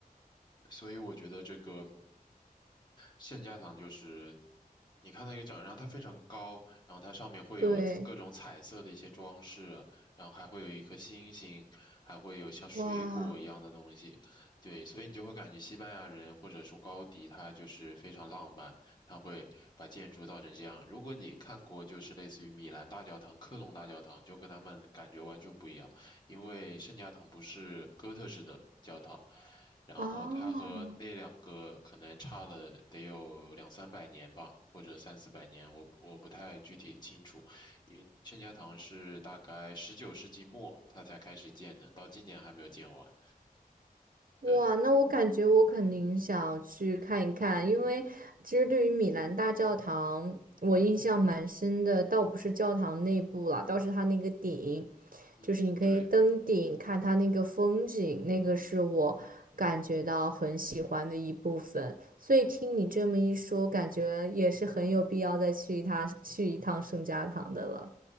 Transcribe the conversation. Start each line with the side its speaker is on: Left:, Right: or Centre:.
Left: 所以我觉得这个圣家堂就是你看到一个展，然后它非常高，然后它上面会有各种彩色的一些装饰，
Right: 对，
Left: 然后还会有一颗星星，还会有像水果一样的东西，
Right: 哇，
Left: 对，所以你就会感觉西班牙人或者说高迪他就是非常浪漫，他会把建筑造成这样。如果你看过就是类似于米兰大教堂、科隆大教堂，就跟他们感觉完全不一样。因为圣家堂不是哥特式的教堂，然后它和那两个可能差了得有两三百年吧，
Right: 哦。
Left: 或者三四百年，我我不太具体清楚。因为圣家堂是大概十九世纪末它才开始建的，到今年还没有建完。
Right: 哇，
Left: 对，
Right: 那我感觉我肯定想要去看一看，因为其实对于米兰大教堂，我印象蛮深的，倒不是教堂内部了，倒是它那个顶，
Left: 嗯，
Right: 就是你可以登顶看它那个风景，
Left: 对，
Right: 那个是我感觉到很喜欢的一部分。所以听你这么一说，感觉也是很有必要再去一趟去一趟圣家堂的了。